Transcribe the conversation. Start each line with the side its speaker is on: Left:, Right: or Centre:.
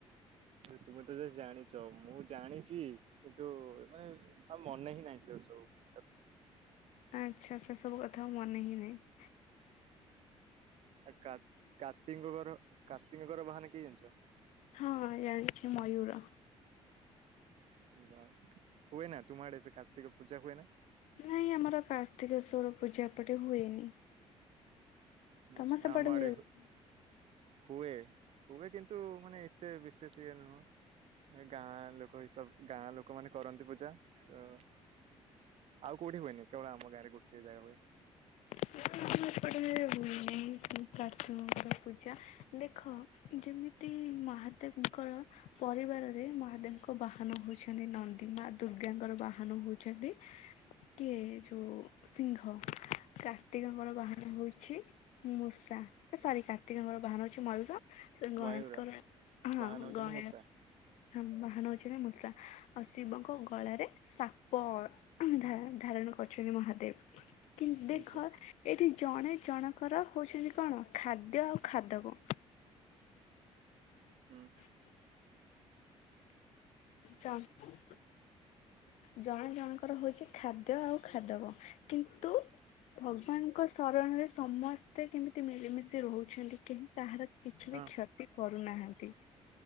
Right: ଆରେ ତୁମେ ତ ଏତେ ଜାଣିଚ, ମୁଁ ଜାଣିଚି କିନ୍ତୁ ଏ ମାନେ ଆଉ ମନେ ହିଁ ନାହିଁ, ସେ ସବୁ। କଥା
Left: ଆଛା, ସେ ସବୁ କଥା ଆଉ ମନେ ହିଁ ନାହିଁ।
Right: ଆ କାର୍ତ୍ତିକ ଙ୍କର, କାର୍ତ୍ତିକ ଙ୍କର ବାହାନ କିଏ ଜାନିଚ?
Left: ହଁ ଜାଣିଛି, ମୟୁର।
Right: ବାସ୍, ହୁଏ ନା, ତୁମ ଆଡେ ସେ କାର୍ତ୍ତିକ ପୂଜା ହୁଏ ନା?
Left: ନାଇଁ ଆମର କାର୍ତ୍ତିକେଶ୍ୱର ପୂଜା ଏପଟେ ହୁଏନି।
Right: <unintelligible>
Left: ତମ ସେପଟେ
Right: ଆମଆଡେ
Left: ବୋଧେ?
Right: ହୁଏ। ହୁଏ, ହୁଏ କିନ୍ତୁ ମାନେ ଏତେ ବିଶେଷ ଇଏ ନୁହଁ। ଏ ଗାଁ ଲୋକ ଏଇ ସବ, ଗାଁ ଲୋକ ମାନେ କରନ୍ତି ପୂଜା ତ ଆଉ କଉଠି ହୁଏନି, କେବଳ ଆମ ଗାଁରେ ଗୋଟିଏ ଜାଗା ହୁଏ।
Left: ନା ଆମ ଏପଟେ କେବେ ହୁଏ ନାହିଁ। କାର୍ତିକଙ୍କର ପୂଜା, ଦେଖ ଯେମିତି ମହାଦେବଙ୍କର ପରିବାରରେ ମହାଦେବଙ୍କ ବାହାନ ହଉଚନ୍ତି ନନ୍ଦୀ, ମା ଦୁର୍ଗାଙ୍କର ବାହାନ ହଉଚନ୍ତି କିଏ ଯୋଉ ସିଂଙ୍ଗ କାର୍ତ୍ତିକଙ୍କର ବାହାନ ହଉଛି ମୂଷା, ଏ ସରି କାର୍ତ୍ତିକଙ୍କର ବାହାନ ହେଉଛି ମୟୂର, ତ ଗଣେଶଙ୍କର
Right: ମୟୂର
Left: ହଁ
Right: ବାହାନ ହଉଛନ୍ତି
Left: ଗଣେ
Right: ମୂଷା
Left: ହଁ ବାହାନ ହଉଚିନା ମୂଷା, ଆଉ ଶିବଙ୍କ ଗଳାରେ ସାପ, ଧ ଧାରଣ କରୁଚନ୍ତି ମହାଦେବ। କି ଦେଖ,
Right: ଆଛା
Left: ଏଠି ଜଣେ ଜଣଙ୍କର ହଉଚନ୍ତି କଣ, ଖାଦ୍ୟ ଆଉ ଖାଦକ।
Right: ହୁଁ।
Left: <unintelligible> ଜଣେ ଜଣଙ୍କର ହଉଚି ଖାଦ୍ୟ ଆଉ ଖାଦବ। କିନ୍ତୁ ଭଗବାନଙ୍କ ଶରଣରେ ସମସ୍ତେ କେମିତି ମିଳିମିଶି ରହୁଛନ୍ତି। କେହି କାହାର କିଛି
Right: ହଁ।
Left: ବି କ୍ଷତି କରୁନାହାନ୍ତି।